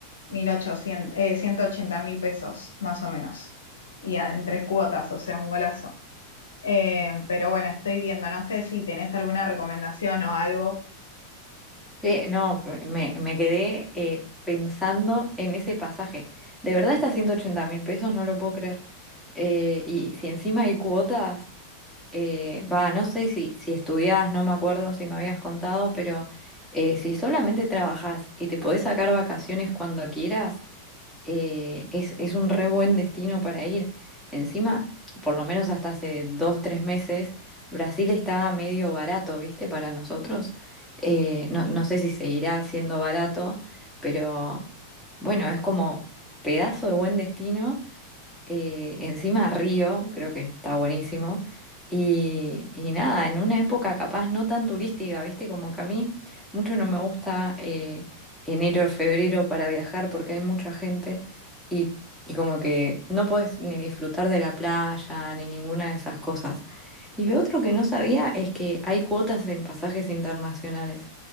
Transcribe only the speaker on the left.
1800, eh, ciento ochenta mil pesos, más o menos. Y a- en tres cuotas, o sea, un golazo. Eh, pero bueno, estoy viendo, no sé si tenés alguna recomendación o algo